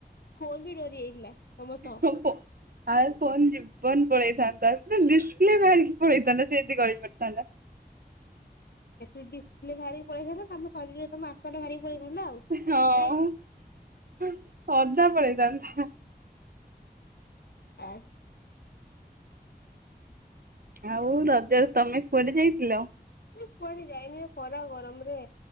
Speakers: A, on the left (about 75°); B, on the right (about 60°).
A: ଫୋନ ବି ଡରି ଯାଇଥିଲା ତମସହ।
B: ମୋ ଫୋ- ଆଉ ଫୋନ ଯିବି ଜୀବନ ପଳେଇଥାନ୍ତା ପୁରା ଡିସପ୍ଲେ ବାହାରିକି ପଳେଇଥାନ୍ତା ସେ ଯଦି ଗଳି ପଡିଥାନ୍ତା।
A: ଏଥି ଡିପ୍ଲେ ବାହାରିକି ପଳେଇଥାନ୍ତା ତମ ଶରୀରେମ ଆତ୍ମା ଟା ବାହାରି ପଳେଇଥାନ୍ତା ଆଉ।
B: ହଁ
A: ନାଇଁ।
B: ଅଧା ପଳେଇଥାନ୍ତା।
A: ଆଛ।
B: ଆଉ ରଜରେ ତମେ କୁଆଡେ ଯାଇଥିଲ।
A: ମୁଁ କୁଆଡେ ଯାଇନି ଖରା ଗରମରେ।